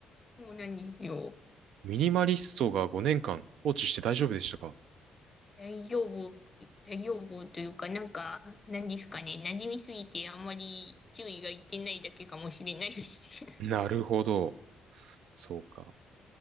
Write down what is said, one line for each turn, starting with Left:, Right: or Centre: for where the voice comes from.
Left: そうなんですよ。
Right: ミニマリストが5年間放置して大丈夫でしたか
Left: 大丈夫、大丈夫というか、なんか、なんですかね、馴染みすぎてあんまり注意がいってないだけかもしれないです。
Right: なるほど。そうか。